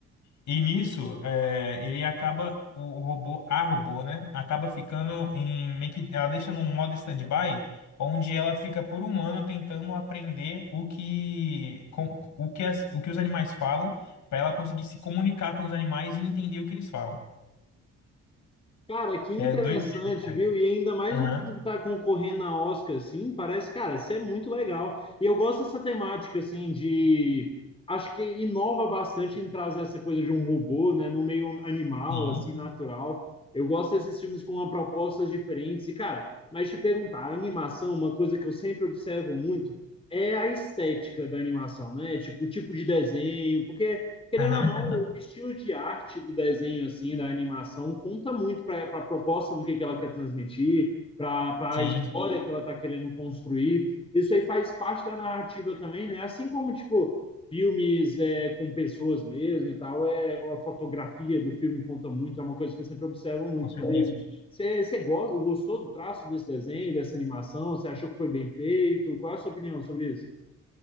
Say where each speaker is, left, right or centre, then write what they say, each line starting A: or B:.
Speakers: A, on the left (about 70°); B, on the left (about 20°).
A: E nisso, é, ele acaba, o robô, a robô, né? Acaba ficando em meio que, ela deixa num modo stand-by, onde ela fica por um ano tentando aprender o que, com- o que, as- o que os animais falam, para ela conseguir se comunicar com os animais e entender o que eles falam.
B: Cara, que interessante,
A: É doido, né? cara?
B: viu? E ainda mais
A: Aham,
B: um filme que tá concorrendo a Oscar, assim, parece, cara, isso é muito legal. E eu gosto dessa temática, assim, de... Acho que inova bastante em trazer essa coisa de um robô, né, no meio animal,
A: sim,
B: assim, natural. Eu gosto desses filmes com uma propostas diferentes. E, cara, mas te perguntar, a animação, uma coisa que eu sempre observo muito, é a estética da animação, né? Tipo, o tipo de desenho, porque querendo
A: aham,
B: ou não,
A: aham,
B: o estilo de arte do desenho, assim, da animação, conta muito para a proposta do que, que ela quer transmitir, para
A: sim,
B: a história que ela está querendo construir. Isso aí faz parte da narrativa também, né? Assim como, tipo, filmes é, com pessoas mesmo e tal, é, a fotografia do filme conta muito, é uma coisa que eu sempre observo muito
A: com certeza.
B: também. Você você gosta, gostou do traço desse desenho, dessa animação? Você achou que foi bem feito? Qual é a sua opinião sobre isso?